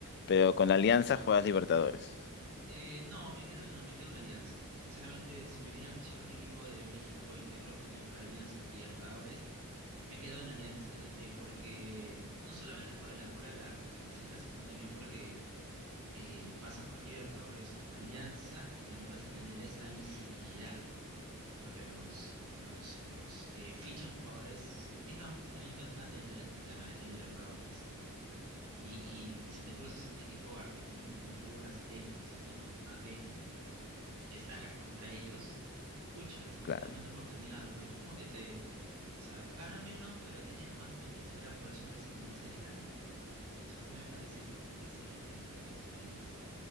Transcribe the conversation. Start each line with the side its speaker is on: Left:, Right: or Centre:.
Left: Pero con la Alianza juegas Libertadores.
Right: Eh, no, me quedo en, me quedo en Alianza. Sinceramente, si me viene a fichar un equipo de México y tengo la oportunidad de jugar a Alianza Libertadores, Me quedo en Alianza, eh, porque no solamente por el amor a la, a la camiseta, sino también porque eh, vas a jugar Libertadores con Alianza y también vas a tener esa visibilidad, porque los, los, los que fichan jugadores se fijan también bastante en la, en la, en la Libertadores. Y, y, y si te cruzas a un equipo argentino, un equipo brasileño, que son de los que más ven, y destacas contra ellos, pucha,
Left: Claro.
Right: te dan más oportunidad, pues es como que te o sea, gana menos, pero tienes más potencial a poder sobresalir más adelante. Entonces eso me parece, me parece genial, me parece excelente.